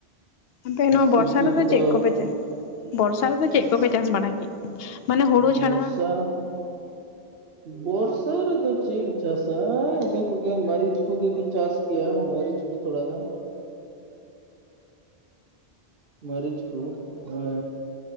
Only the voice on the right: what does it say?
ᱥᱚᱵᱽᱡᱤ
ᱠᱚᱫᱚ
ᱵᱚᱨᱥᱟ
ᱵᱚᱨᱥᱟ ᱨᱮᱫᱚ ᱪᱮᱫ ᱮᱢ ᱪᱟᱥᱟ, ᱤᱱᱟᱹ ᱠᱚᱜᱮ ᱢᱟᱹᱨᱤᱪ ᱠᱚᱜᱮ ᱠᱚ ᱪᱟᱥ ᱜᱮᱭᱟ ᱢᱟᱹᱨᱤᱪ ᱠᱚ ᱛᱷᱚᱲᱟ ᱜᱟᱱ ᱾ ᱢᱟᱹᱨᱤᱪ ᱠᱚ ᱦᱮ